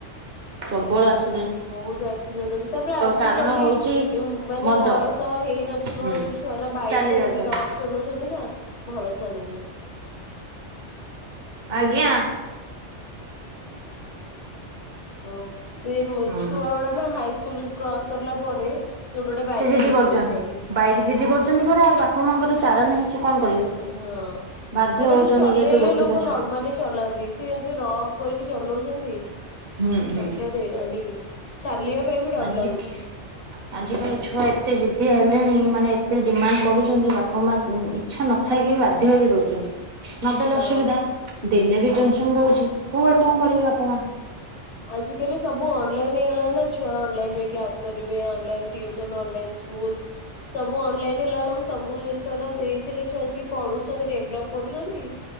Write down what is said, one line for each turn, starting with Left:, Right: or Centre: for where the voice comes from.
Right: ପ୍ରବଳ ଆସି
Left: ବହୁତ ଆକ୍ସିଡେଣ୍ଟ ହଉଚି ତାପରେ ଆଜିକାଲି
Right: କାରଣ ହଉଛି
Left: ମାନେ
Right: ମଦ
Left: ବୟସ ହେଇନଥିବ
Right: ହୁଁ
Left: ଯୋଉ। ଛୁଆ ରା ବାଇକ୍
Right: ଚାଲି
Left: ଧରିକି
Right: ଯାଉଛନ୍ତି
Left: ରଫ୍ ଚଲାଉଛନ୍ତି ନା ଭରସା। ନାହି।
Right: ଆଜ୍ଞା।
Left: ଓ ସେ
Right: ହୁଁ
Left: ଛୁଆ ଗୁଡା ନା ହାଇସ୍କୁଲ କ୍ରସ୍ କରଲା ପରେ। ଗୋଟେ ଗୋଟେ ବାଇକ୍
Right: ସେ ଜିଦି
Left: ଧରିକି
Right: କରୁଛନ୍ତି
Left: ବୁଲୁଛନ୍ତି
Right: ବାଇକ୍ ଜିଦି କରୁଛନ୍ତି ପରା ଆଉ ବାପା ମାଙ୍କର ଚାରା ନାହିଁ ସିଏ କଣ କରିବେ।
Left: ହଁ
Right: ବାଧ୍ୟ
Left: ତାପରେ
Right: ହଉଛନ୍ତି
Left: ସେ ଚଲେଇଲେ
Right: ଯେହେତୁ ଗୋଟିକା
Left: ଲୋକ
Right: ଛୁ
Left: ନର୍ମାଲି ଚଲାନ୍ତି ସେ ଯେମିତି ରଫ୍ କରିକି। ଚଲଉଛନ୍ତି
Right: ହୁଁ ହୁଁ।
Left: ବାଟରେ ଗାଡି। ଚାଲିବା ପାଇଁ ବି ଡର
Right: ଆଜି
Left: ଲାଗୁଛି
Right: କ ଆଜିକାଲି ଛୁଆ ଏତେ ଜିଦ୍ଦି ହେଲେଣି ମାନେ। ଏତେ ଡିମାଣ୍ଡ କରୁଛନ୍ତି ବାପା ମା ଉଁ ଏ। ଇଛା ନଥାଇକି ବାଧ୍ୟ ହେଇକି ଦଉଛନ୍ତି ନଦେଲେ
Left: ହଁ।
Right: ଅସୁବିଧା। ଦେଲେ ବି ଟେନ୍ସନ ରହୁଛି କୁଆଡୁ କଣ କରିବେ ବାପ ମାଆ।
Left: ଆଜି କାଲି ସବୁ ଅନଲାଇନ ହେଇଗଲାଣି ନା ଛୁଆ ଅନଲାଇନ ରେ କ୍ଲାସ କରିବେ ଅନଲାଇନ ଟୁସନ ଅନଲାଇନ। ସ୍କୁୁଲ। ସବୁ ଅନଲାଇନ ହେଲା ବେଳକୁ ସବୁ ଜିନିଷ ର ଏଇଥିରେ ଛୁଆ ଯେତିକି ପଢୁଛନ୍ତି ଡେଭଲପ କରୁଛନ୍ତି।